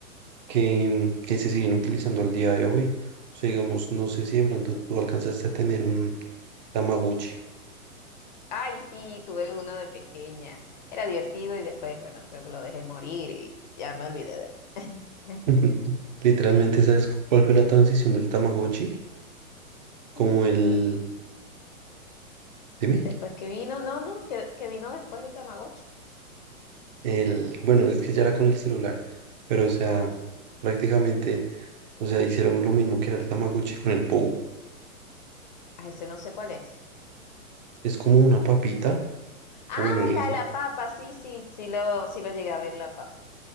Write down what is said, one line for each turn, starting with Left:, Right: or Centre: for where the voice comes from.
Right: que, que se siguen utilizando al día de hoy. O sea, digamos, no sé si de pronto tú alcanzaste a tener un Tamagotchi.
Left: Ay, sí, tuve uno de pequeña. Era divertido y después, bueno, creo que lo dejé morir y ya me olvidé de él.
Right: <laughs> Literalmente, ¿sabes cuál fue la transición del Tamagotchi? Como
Left: <laughs>
Right: el,
Left: N-
Right: dime,
Left: Después que vino, no, no, que, que vino después el Tamagotchi.
Right: el, bueno, es que ya era con el celular, pero o sea,
Left: Ah,
Right: prácticamente, o sea, hicieron lo mismo que era el Tamagotchi con el Pou.
Left: ah, ese no sé cuál es.
Right: Es como
Left: El
Right: una
Left: po-
Right: papita,
Left: Ay,
Right: o bueno, le
Left: la
Right: dicen,
Left: de la papa, sí, sí, sí lo, sí lo llegué a ver la papa.